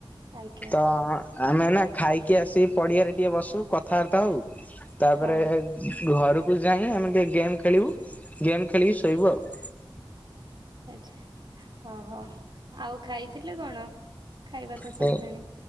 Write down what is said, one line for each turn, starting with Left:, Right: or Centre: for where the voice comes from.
Right: ଆଜ୍ଞା
Left: ତ ଆମେ ନା ଖାଇକି ଆସିିକ ପଡିଆରେ ଟିକେ ବସୁ କଥାବାର୍ତ୍ତା ହଉ। ତାପରେ
Right: ହଁ
Left: ଘରକୁ ଯାଇ ଆମେ ଟିକେ ଗେମ୍ ଖେଳିବୁ ଗେମ୍ ଖେଳିକି ଶୋଇବୁ ଆଉ।
Right: ଆଚ୍ଛା ହଁ ହଁ ଆଉ ଖାଇଥିଲେ କଣ? ଖାଇବା ତ
Left: ହ
Right: ସରିଲାଣି